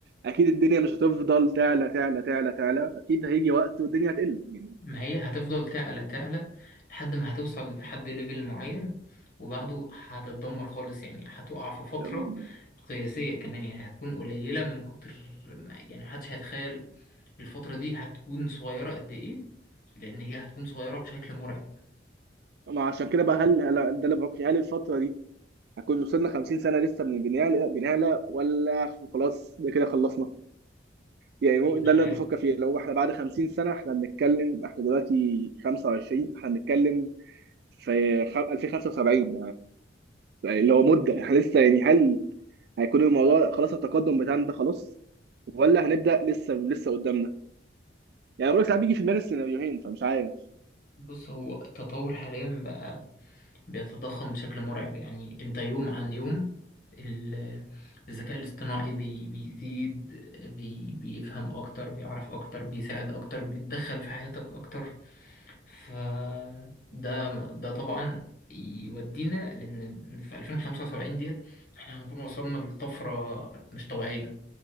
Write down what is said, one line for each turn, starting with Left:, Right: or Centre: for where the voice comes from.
Right: اكيد الدنيا مش هتفضل تعلى تعلى تعلى تعلى اكيد هيجي وقت والدنيا هتقل يعني
Left: ما هي هتفضل تعلى تعلى لحد ما هتوصل لحد ليفل معين وبعده هتتدمر خالص يعني هتقع في فترة
Right: أم،
Left: قياسية كمان يعني هتكون قليلة من كتر ما- يعني محدش هيتخيل الفترة دي هتكون صغيرة قد إيه لأن هي هتكون صغيرة بشكل مرعب
Right: ما عشان كده بقى هل هل- ده اللي بفكر فيه هل الفترة دي هكون وصلنا 50 سنة لسه من بنعلى بنعلى ولا خلاص ده كده خلصنا يعني مو-
Left: مش
Right: ده اللي
Left: عارف
Right: انا بفكر فيه لو احنا بعد 50 سنة احنا بنتكلم احنا دلوقتي 25 احنا بنتكلم في خ- 2075 اللي هو مدة احنا لسه يعني هل هيكون الموضوع خلاص التقدم بتاعنا ده خلاص ولا هنبدأ لسه لسه قدامنا يعني بقول ساعات بيجي في دماغي السيناريوهين فمش عارف
Left: بص هو التطور حاليا بقى بيتضخم بشكل مرعب يعني انت يوم عن يوم ال- الذكاء الاصطناعي بي- بيزيد بي بيفهم اكتر بيعرف اكتر بيساعد اكتر بيتدخل في حياتك اكتر فده ده طبعا يودينا لان في 2075 ديت احنا هنكون وصلنا لطفرة مش طبيعية